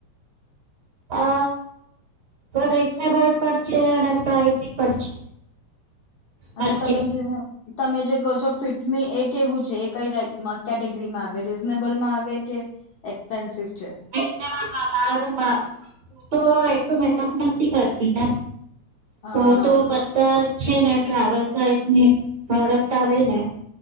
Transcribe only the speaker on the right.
અ રીઝનેબલ પણ છે અને પ્રાઈઝી પણ છે વચ્ચે
રીઝનેબલમાં તો એકલુ મેકઅપ નથી કરતી ને
હ તો <unintelligible> છે ને ટ્રાવેલ સાઈજની પ્રોડક્ટ આવે ને